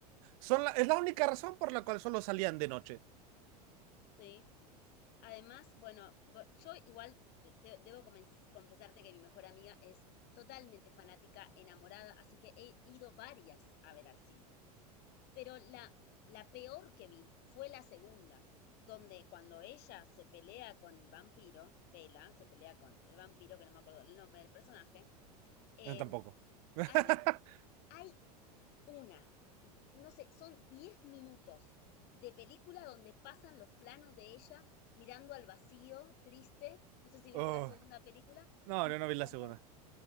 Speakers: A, on the right; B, on the left.
A: Son la- es la única razón por la cual solo salían de noche.
B: Sí. Además, bueno, bo- yo igual te- te- debo comen- confesarte que mi mejor amiga es totalmente fanática, enamorada, así que he ido varias a ver al cine. Pero la, la peor que vi fue la segunda, donde cuando ella se pelea con el vampiro, Bella se pelea con el vampiro, que no me acuerdo el nombre del personaje, em,
A: Eh, tampoco. <laughs>
B: hay, hay una, no sé, son 10 minutos de película donde pasan los planos de ella mirando al vacío, triste, no sé si viste
A: Oh,
B: la segunda película,
A: no,
B: y
A: yo no vi la
B: como,
A: segunda.